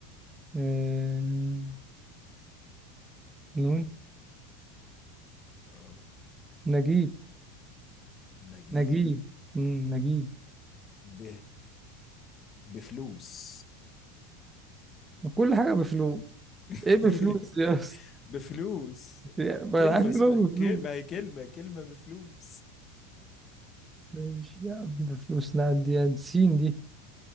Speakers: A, on the right; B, on the left.
A: آه... نون
B: اه
A: نجيب
B: نجيب
A: نجيب مم. نجيب
B: ب... بفلوس
A: كل حاجة بفلوس
B: <laughs>
A: ايه بفلوس دي اصلا
B: بفلوس
A: يا- ما
B: كلمة
A: انا عارف إن
B: اسمها
A: هو بفلوس
B: كل... ما هي كلمة كلمة بفلوس
A: ماشي يا عم بفلوس نعدي سين دي